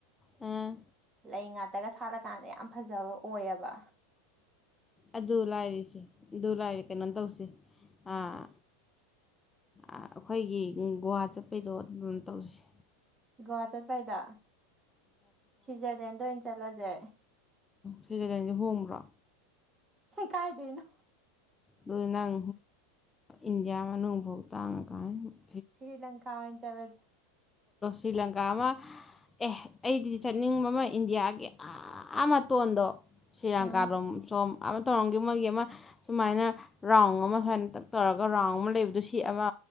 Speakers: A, on the left; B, on the right.
A: ꯑ
B: ꯂꯩ ꯉꯥꯇꯒ ꯁꯥꯠꯂꯀꯥꯟꯗ ꯌꯥꯝ ꯐꯖꯕ ꯑꯣꯏꯌꯦꯕ
A: ꯑꯗꯨ ꯂꯥꯏꯔꯤꯁꯦ ꯑꯗꯨ ꯂꯥꯏꯔꯤ ꯀꯩꯅꯣ ꯇꯧꯁ ꯑꯥ ꯑꯩꯈꯣꯏꯒꯤ ꯒꯨꯍꯥ ꯆꯠꯄꯩꯗꯣ ꯑꯗꯨꯝ ꯇꯧꯁ
B: ꯒꯣꯍ ꯆꯠꯄꯩꯗ ꯁ꯭ꯋꯤꯖꯔꯂꯦꯟꯗ ꯑꯣꯏꯅ ꯆꯠꯂꯁꯦ
A: ꯁꯤꯖꯂꯦꯟꯁꯦ ꯍꯣꯡꯕ꯭ꯔꯥ
B: ꯀꯥꯏꯗꯅ
A: ꯑꯗꯨꯅꯪ ꯏꯟꯗꯤꯌꯥ ꯕꯣꯛ ꯇꯥꯡ ꯉꯥ ꯀꯥꯟ ꯁꯤ
B: ꯁꯔꯤ ꯂꯪꯀꯥꯑꯣꯏ ꯆꯂꯁ
A: ꯁꯤ꯭ꯔꯤ ꯂꯪꯀꯥ ꯑꯃ ꯑꯦ ꯑꯩꯗꯤ ꯆꯠꯅꯤꯡꯕ ꯑꯃ ꯏꯟꯗꯤꯌꯥꯒꯤ ꯑꯥ ꯃꯇꯣꯟꯗꯣ ꯁꯤꯔꯪꯀꯥꯔꯣꯝ
B: ꯎꯝ
A: ꯁꯣꯝ ꯑꯃ ꯇꯧꯔꯝꯒꯦ ꯃꯣꯏꯒꯤ ꯑꯃ ꯁꯨꯃꯥꯏꯅ ꯔꯥꯎꯟ ꯑꯃ ꯁꯨꯃꯥꯏ ꯇꯞ ꯇꯧꯔꯒ ꯔꯥꯎꯟ ꯑꯃ ꯂꯩꯕꯗꯨ ꯁꯤ ꯑꯃ